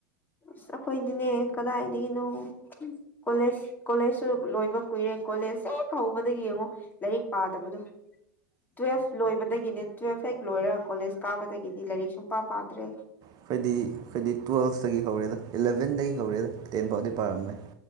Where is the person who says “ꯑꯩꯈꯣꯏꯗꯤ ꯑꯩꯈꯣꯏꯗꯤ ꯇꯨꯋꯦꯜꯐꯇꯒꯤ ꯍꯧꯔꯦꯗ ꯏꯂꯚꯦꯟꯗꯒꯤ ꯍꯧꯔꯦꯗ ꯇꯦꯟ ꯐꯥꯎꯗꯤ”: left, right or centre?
Right